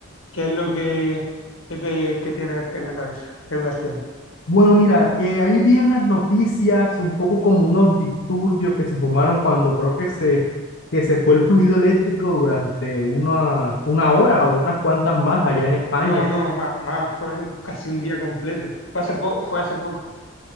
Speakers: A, on the left; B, on the left.
A: ¿qué es lo que, que te, que tienes en la cabeza? ¿Qué dudas tienes?
B: Bueno, mira, eh, ahí vi unas noticias, un poco como unos disturbios que se formaron cuando creo que se, que se fue el fluido eléctrico durante una, una hora
A: Ah,
B: o unas cuantas más allá en España.
A: no, no, más, más, fue casi un día completo. Fue hace poco, fue hace poco.